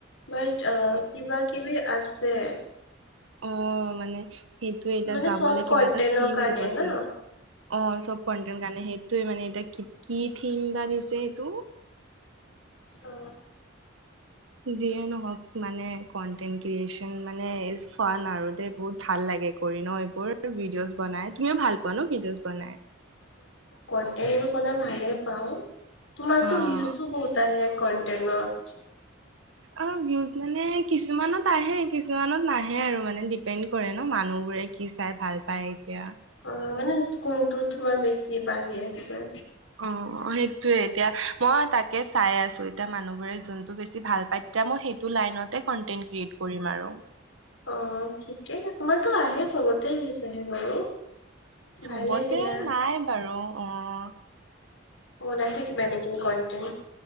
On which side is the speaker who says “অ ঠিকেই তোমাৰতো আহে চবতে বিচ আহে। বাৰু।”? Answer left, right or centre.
Left